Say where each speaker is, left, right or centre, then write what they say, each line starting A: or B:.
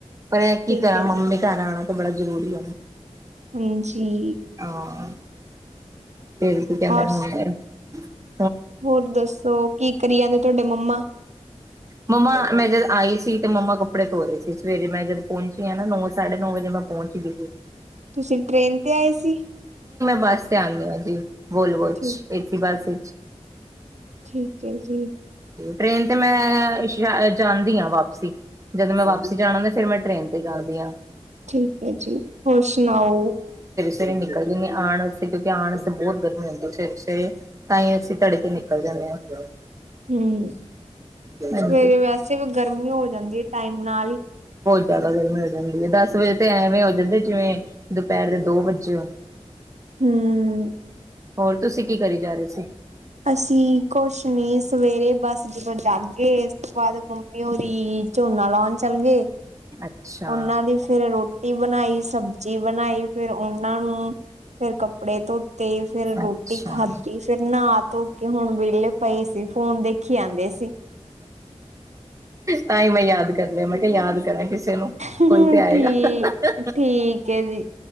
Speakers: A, on the right (about 25°); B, on the right (about 70°).
A: ਪਰ ਕੀ
B: ਠੀਕ
A: ਕਰਾਂ
B: ਹੈ
A: ਮੰਮੀ
B: ਜੀ,
A: ਘਰ ਆ ਬੜਾ ਜਰੂਰੀ ਹੈ।
B: ਹਾਂਜੀ
A: <unintelligible> ਫੇਰ ਕੀ ਕਹਿੰਦੇ
B: ਔਰ
A: ਨੇ ਹੋਏ ਨੇ <inaudible>
B: ਹੋਰ ਦੱਸੋ ਕੀ ਕਰੀ ਜਾਂਦੇ ਤੁਹਾਡੇ ਮੰਮਾ
A: ਮੰਮਾ ਮੇਰੇ ਨਾ ਆਈ ਸੀ ਤੇ ਮੰਮਾ ਕੱਪੜੇ ਧੋ ਰਹੇ ਸੀ, ਸਵੇਰੇ ਮੈਂ ਜਦੋਂ ਪਹੁੰਚੀ ਹ ਨਾ ਨੌ ਸਾਢੇ ਨੌ ਵਜੇ ਮੈਂ ਪਹੁੰਚ ਗਈ ਸੀ।
B: ਤੁਸੀਂ ਟ੍ਰੇਨ ਤੇ ਆਏ ਸੀ?
A: ਬਸ ਤੇ ਆਣੀ ਆ ਜੀ। ਬੋਲਵੋਜ
B: ਠੀਕ,
A: ਏਸੀ ਬਸ <inaudible>
B: ਠੀਕ ਹੈ ਜੀ।
A: ਟ੍ਰੇਨ ਤੇ ਮੈਂ ਸ਼ਾਯਦ ਜਾਂਦੀ ਹਾਂ ਵਾਪਸੀ, ਜਦੋਂ ਮੈਂ ਵਾਪਸੀ ਜਾਣਾ ਹੁੰਦਾ ਫਿਰ ਮੈਂ ਟ੍ਰੇਨ ਤੇ ਜਾਂਦੀ ਹਾਂ।
B: ਠੀਕ ਹੈ ਜੀ, ਹੋਰ ਸੁਨਾਓ?
A: ਸੁਵੇਰੇ ਨਿਕਲ ਦੇ ਨੇਂ, ਆਣ ਵਾਸਤੇ ਤੇ ਜਾਣ ਵਾਸਤੇ ਬਹੁਤ ਗਰਮੀ ਹੁੰਦੀ ਹੈ ਸੁਵੇਰੇ-ਸੁਵੇਰੇ। ਤਾਂ ਹੀ ਅਸੀ ਤੜਕੇ ਨਿਕ <inaudible>
B: ਹਮ ਸ
A: ਹਾਂਜੀ
B: ਸੁਵੇਰੇ ਵੈਸੇ ਵੀ ਗਰਮੀ ਹੋ ਜਾਂਦੀਏ ਟਾਈਮ ਨਾਲ ਈ।
A: ਜਿਆਦਾ ਗਰਮੀ ਹੋ ਜਾਂਦੀ ਹੈ, ਦਸ ਵਜੇ ਤੇ ਐਵੇਂ ਹੋ ਜਾਂਦਾਏ ਜਿਵੇਂ ਦੁਪਹਿਰ ਦੇ ਦੋ ਵੱਜੇ ਹੋਂ।
B: ਹਮ
A: ਹੋਰ ਤੁਸੀ ਕੀ ਕਰੀ ਜਾ ਰਹੇ ਸੀ।
B: ਅਸੀ ਕੁਛ ਨੀ, ਸੁਵੇਰੇ ਬਸ ਜਦੋਂ ਗੰਦ ਗੇ, ਇਸ ਤੋ ਬਾਅਦ ਮੰਮੀ ਹੋਰੀ ਝੋਨਾ ਲਾਉਨ ਚੱਲ ਗਏ,
A: ਅੱਛਾ
B: ਉਹਨਾਂ ਦੀ ਫੇਰ ਰੋਟ ਟੀ ਬਨਾਈ, ਸਬਜ਼ੀ ਬਨਾਈ ਫੇਰ ਉਹਨਾਂ ਨੂੰ, ਫੇਰ ਕੱਪੜੇ ਧੋਤੇ, ਫਿਰ ਰੋਟੀ
A: ਅੱਛਾ
B: ਖਾਧੀ, ਫਿਰ ਨਹਾ ਧੋ ਕੇ ਹੁਣ ਵਿਹਲੇਆ ਤਾਂ ਹੀ ਅਸੀ। ਫੋਨ ਦੇਖੀ ਆਉਂਦੇ ਸੀ।
A: ਤਾਂ ਹੀ ਮੈਂ ਯਾਦ ਕਰ ਲਿਆ, ਮੈਂ ਕਿਹਾ ਯਾਦ ਕਰਾਂ ਕਿਸੇ ਨੂੰ
B: ਹੁਹ
A: ਕੋਈ
B: ਹੰ
A: ਤੇ ਆਏਗਾ
B: ਠੀ ਠੀਕ ਏ ਜੀ।